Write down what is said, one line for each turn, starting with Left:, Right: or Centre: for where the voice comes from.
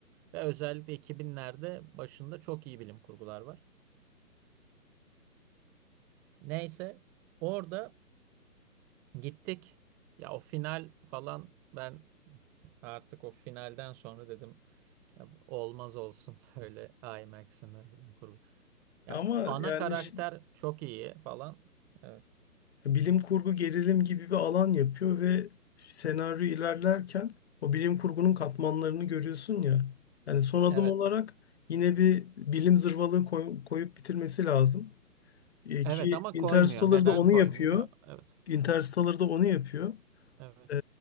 Centre: Ve özellikle 2000'lerde başında çok iyi bilim kurgular var. Neyse orada gittik. Ya o final falan ben artık o finalden sonra dedim ya olmaz olsun <laughs> böyle IMAX'in de bilim kurgu. Ya
Left: Ama
Centre: ana
Left: yani
Centre: karakter
Left: ş-
Centre: çok iyi falan. Evet.
Left: bilim kurgu gerilim gibi bir alan yapıyor ve senaryo ilerlerken o bilim kurgunun katmanlarını görüyorsun ya. Yani son
Centre: Evet.
Left: adım olarak yine bir bilim zırvalığı koy- koyup bitirmesi lazım. E,
Centre: Evet
Left: ki
Centre: ama
Left: Interstellar
Centre: koymuyor. Neden
Left: da onu
Centre: koymuyor?
Left: yapıyor.
Centre: Evet.
Left: Interstellar da onu yapıyor.
Centre: Evet.
Left: E,